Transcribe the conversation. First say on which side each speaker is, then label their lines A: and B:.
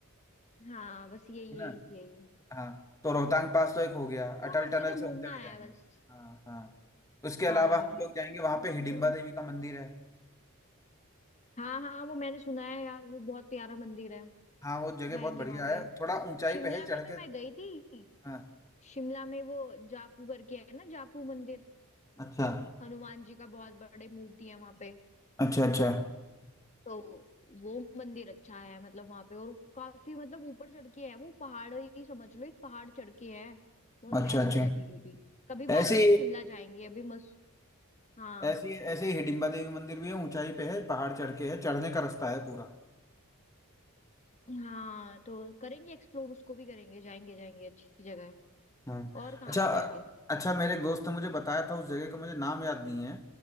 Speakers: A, on the left; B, on the left.
A: हाँ बस यही
B: है ना
A: यही यही
B: हाँ तो रोहतांग पास तो एक हो गया
A: तो
B: अटल
A: हमने
B: टनल
A: तो
B: से
A: घूमना
B: होते हुए
A: आया
B: जाएंगे
A: है बस
B: हाँ हाँ उसके अलावा
A: हाँ
B: हम लोग जाएंगे
A: हमने
B: वहां पे हिडिंबा
A: तो
B: देवी का मंदिर है
A: हाँ हाँ वो मैंने सुना है यार वो बहुत प्यारा मंदिर है
B: हाँ वो जगह
A: जाएंगे
B: बहुत बढ़िया
A: वहां पे
B: है थोड़ा ऊंचाई
A: शिमला
B: पे है चढ़
A: में तो
B: के
A: मैं गई थी
B: हाँ
A: शिमला में वो जाकू करके है ना जाकू मंदिर
B: अच्छा
A: हनुमान जी का बहुत बड़े मूर्ति है वहां पे
B: अच्छा अच्छा
A: तो वो मंदिर अच्छा है मतलब वहां पे और काफी मतलब ऊपर चढ़ के है वो पहाड़ ही समझ लो एक पहाड़ चढ़ के है बहुत
B: अच्छा
A: प्यारी
B: अच्छा
A: जगह थी वो भी कभी
B: ऐसे
A: बाद में शिमला जाएंगे अभी मस्त हाँ
B: ऐसे ऐसे ही हिडिंबा देवी मंदिर भी है ऊंचाई पे है पहाड़ चढ़ के है चढ़ने का रास्ता है पूरा
A: हाँ तो करेंगे एक्सप्लोर उसको भी करेंगे जाएंगे जाएंगे अच्छी जगह है
B: हाँ
A: और कहाँ
B: अच्छा
A: पे जाएंगे
B: अच्छा मेरे एक दोस्त ने मुझे बताया था उस जगह का मुझे नाम याद नहीं है